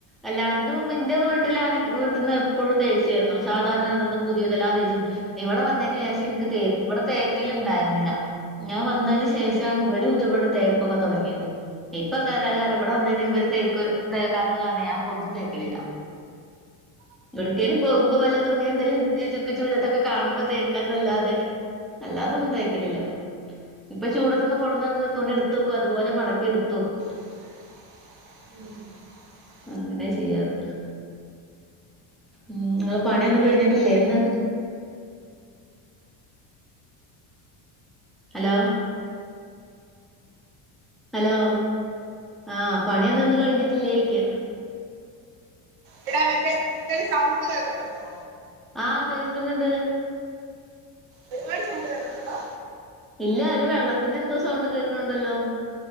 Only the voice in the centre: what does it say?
അല്ല ഇതിന് മുബ് ഇന്റെ വീട്ട്ലാണെ വീട്ട്ന്ന് എപ്പോഴും ദേശ്യാര്ന്നു സാധാരണ ഇതൊന്നും പുതിയതല്ല എല്ലാം തേച്ച് ഇവടെ വന്നേന് ശേഷം ഇൻക്ക് തേക്ക് ഇവിടെ തേക്കല് ണ്ടായിര്ന്നില്ല. ഞാൻ വന്നതിന് ശേഷാണ് ഇവിരും ഇവിടെ തേപ്പൊക്കെ തുടങ്ങിയത് ഇപ്പൊ കരകാര ഇവിടെ വന്നേന് ഇവര് തേക്ക് തേക്കാത്തത് കാരണം ഞാനിപ്പൊന്നും തേക്കലില്ല. എടുക്കലും പോകുമ്പോ വല്ല തുണി എന്തേലും ചുക്കി ചുളിഞ്ഞതൊക്കെ കാണുമ്പോ തേക്കാന്നല്ലാതെ അല്ലാതൊന്നും തേക്കലില്ല. ഇപ്പം ചൂടത്ത്ന്ന് കൊട്ന്നന്നെ തുണി എട്ത്തെക്കും അതുപോലെ മടക്കി എട്ത്ത് വെക്കും.
അങ്ങനെ ചെയ്യാറ് ഉം നിങ്ങളെ പണിയൊന്നും കഴിഞ്ഞിട്ടില്ലേ ഇന്ന്? ഹലോ ഹലോ ആഹ് പണിയൊന്ന ഒന്ന് കഴിഞ്ഞിട്ടില്ലേരിക്ക
ആഹ കേക്കുന്നുണ്ട്.
ഇല്ല ഒരു വെള്ളത്തിന്റെ എന്തോ സൗണ്ട് കേൾക്കണണ്ടല്ലോ